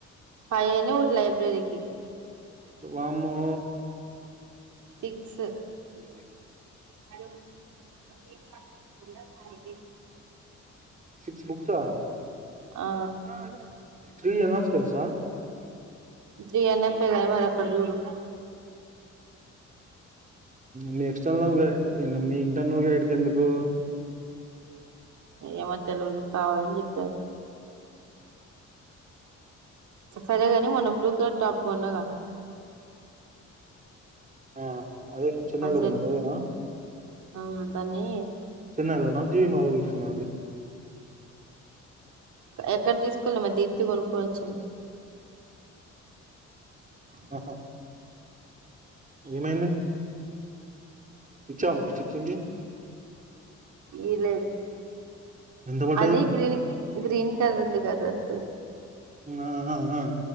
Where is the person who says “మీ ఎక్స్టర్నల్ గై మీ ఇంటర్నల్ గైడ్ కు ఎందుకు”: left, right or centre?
Right